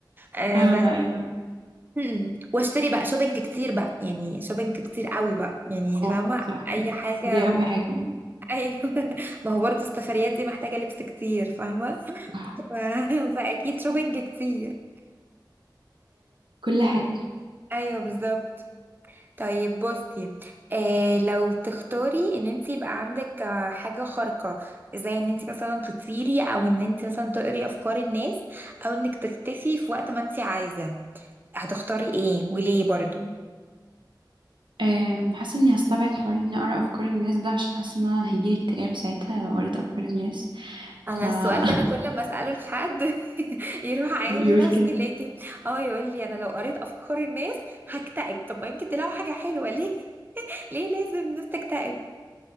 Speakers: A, on the right; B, on the right.
A: آه
B: فاهمة
A: بس
B: أيوة
A: مم. واشتري بقى شوبينج كتير بقى يعني شوبينج كتير قوي بقى يعني فاهمة
B: اه صح
A: اي حاجة
B: دي أهم
A: و...
B: حاجة برضه.
A: ايوه <laughs> ما هو برضو السفريات دي محتاجة لبس كتير فاهمة <laughs>
B: صح
A: ف- فاكيد شوبينج كتير
B: كل حاجة
A: ايوه بالظبط طيب بصي آه لو تختاري ان انت يبقى عندك آه حاجه خارقه زي ان انت مثلا تطيري او ان انت مثلا تقري افكار الناس او انك تختفي في وقت ما انت عايزه هتختاري ايه وليه برضو
B: أم، حاسة إني هستبعد حوار إني أقرأ أفكار الناس ده عشان حاسة إن أنا هيجيلي اكتئاب ساعتها لو قريت أفكار الناس
A: انا
B: ف
A: السؤال ده انا
B: <laughs>
A: كل ما اساله لحد <laughs> يروح عايل
B: بيقول
A: لي نفسي
B: كده
A: لكن <laughs> اه يقول لي انا لو قريت افكار الناس هكتئب طب ما يمكن تلاقوا حاجه حلوه ليه <laughs> ليه لازم الناس تكتئب